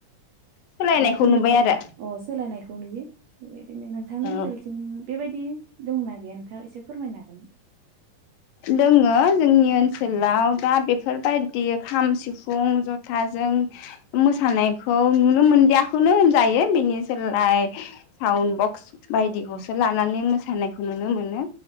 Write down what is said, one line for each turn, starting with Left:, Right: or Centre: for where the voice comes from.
Left: सोलायनायखौ
Right: दा गोलनिथारनो
Left: नुबाय आरो
Right: अ सोलायनायखौ खौ नुयो दिनै नोंथांनि ओनसोलसिम
Left: औ
Right: बेबायदि दंना गैया नोंथां एसे फोरमायनो हागोन
Left: दोङो जोंनि ओनसोलाव दा बेफोरबायदि खाम सिफुं जथाजों मोसानायखौ नुनो मोनदियाखौनो होनजायो बेनि सोलाय साउन्ड बक्स बायदिखौसो लानानै मोसानाय खौ नुनो मोनो